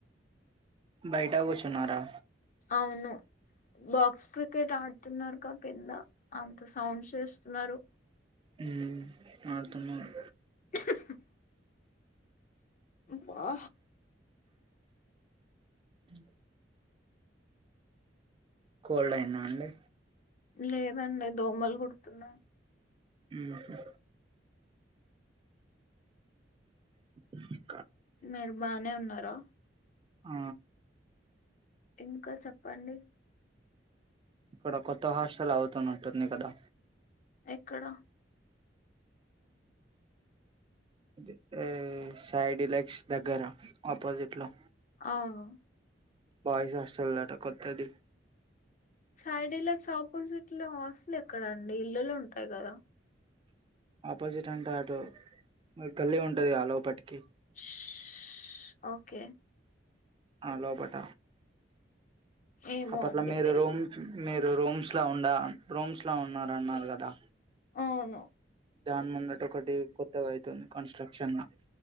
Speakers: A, on the right (about 30°); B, on the left (about 45°).
A: బయటా కూర్చున్నారా
B: అవును బాక్స్ క్రికెట్ ఆడుతున్నారుగా కింద అంత సడ్స్ చేస్తున్నారు
A: ఉ ఆడుతున్నారు
B: హ హా వా
A: అ కోల్డ్ అయిందా అండి
B: లేదండి దోమలు కుడుతున్నాయి
A: ఉహు <inaudible>
B: మీరు బానే ఉన్నారా
A: ఆ
B: ఇంకా చెప్పండి
A: ఇక్కడ కొత్త హాస్టల్ అవుతున్నట్టుంది కదా
B: ఎక్కడ
A: ఎ ఏ సైడ్ డిలక్స్ దగ్గర ఆపోజిట్ లో
B: అవును
A: బయిస్ హాస్టల్ లట కొత్తది
B: సైడ్ డీలాక్స్ ఆపోజిట్ లో హాస్టల్ ఎక్కడ అండి ఇల్లులు ఉంటాయి కదా
A: ఆపోజిట్ అంటే అటు గల్లీ ఉంటది గా ఆ లోపటికి
B: ఉష్ ఓకే
A: ఆ లోపట
B: ఏమో
A: ఆపట్ల
B: అండి
A: మీరు
B: తెల్వదు
A: రూమ్ మీరు రూమ్స్ రౌండ్ రూమ్స్ లో ఉన్నారన్నారు కదా
B: అవును
A: దాని మున్నటి ఒకటి కొత్తగా అయితుంది కన్స్ట్రక్షన్ లా